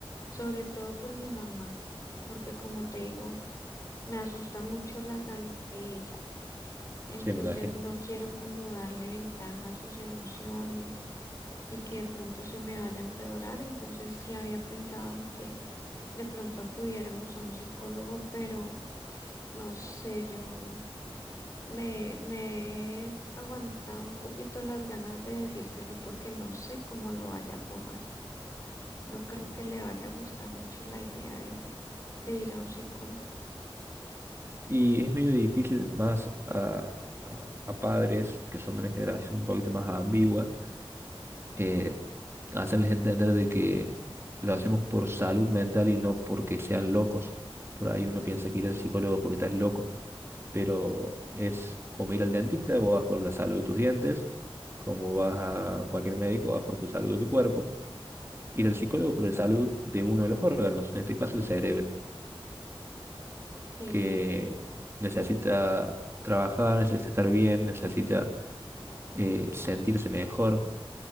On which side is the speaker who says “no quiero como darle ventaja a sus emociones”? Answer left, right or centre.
Left